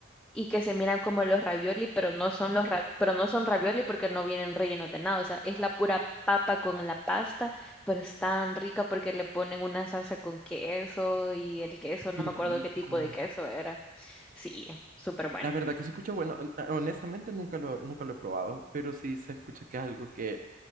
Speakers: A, in the centre; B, on the right.
A: y que se miran como los ravioli, pero no son los ra- pero no son ravioli porque no vienen rellenos de nada. O sea, es la pura papa con la pasta, pero es tan rica porque le ponen una salsa con queso y el queso, no
B: Qué
A: me
B: rico.
A: acuerdo qué tipo de queso era. Sí, súper bueno.
B: La verdad que se escucha bueno. hon- Honestamente, nunca lo, nunca lo he probado, pero sí se escucha que es algo que,